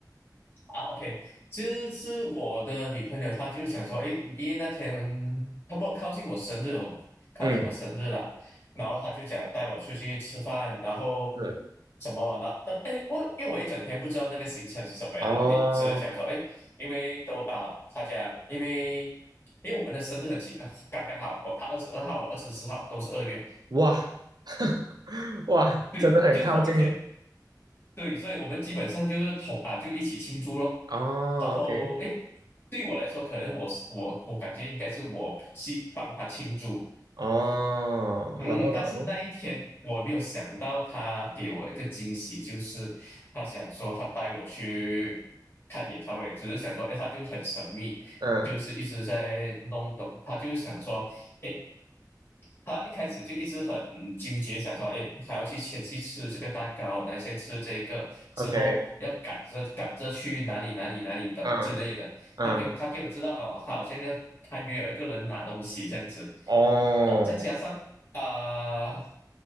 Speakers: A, on the left; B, on the right.
A: 啊，OK，就是我的女朋友，她就想说，诶，因为那天差不多靠近我生日哦，靠近我生日了，
B: 嗯。
A: 然后她就想带我出去吃饭，然后
B: 是
A: 什么，然后但诶，我因为我一整天不知道那个行程是什么样的，
B: 哦，
A: 你只是想说，诶，因为都啊，她讲，因为因为我们的生日很奇，<laughs> 刚刚好，我她二十二号，我二十四号，都是二月，
B: 哇 <laughs>，哇，
A: 对，
B: 真的很靠近。
A: 就同一天，对，所以我们基本上就是同啊，就一起庆祝咯。
B: 哦，OK，
A: 然后诶，对我来说，可能我是我我感觉应该是我去帮他庆祝，
B: 哦，
A: 嗯，
B: 然后，
A: 但是那一天我没有想到他给我一个惊喜，
B: 然后，
A: 就是他想说他带我去看演唱会，只是想说，诶，他就很神秘，
B: 嗯
A: 就是一直在弄懂，他就是想说，诶，他一开始就一直很嗯纠结，想说，哎，还要去先去吃这个蛋糕，来先吃这个，之后要赶着赶着去哪里哪里哪里等之类的。
B: ，OK，嗯嗯，
A: 他给我他给我知道哦，他好像要他约了一个人拿东西这样子，
B: 哦，
A: 哦，再加上啊、呃